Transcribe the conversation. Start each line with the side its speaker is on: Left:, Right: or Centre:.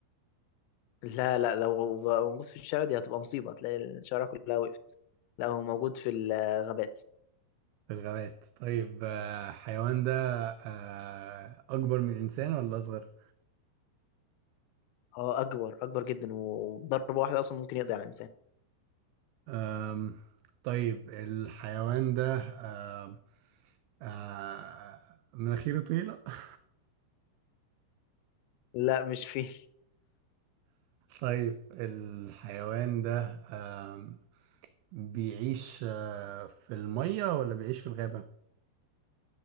Left: لا لا لو بقى موجود في الشارع دي هتبقى مصيبة تلاقي الشارع كلها وقفت لا هو موجود في الغابات
Right: في الغابات طيب آه، الحيوان ده آه، أكبر من الإنسان ولا أصغر
Left: اه أكبر أكبر جدا وضربة واحدة أصلا ممكن يقضي على الإنسان
Right: أم، طيب الحيوان ده أم، آه، مناخيره طويلة <laughs>
Left: لا مش فيه
Right: طيب الحيوان ده أم، بيعيش آه، في المية ولا بيعيش في الغابة؟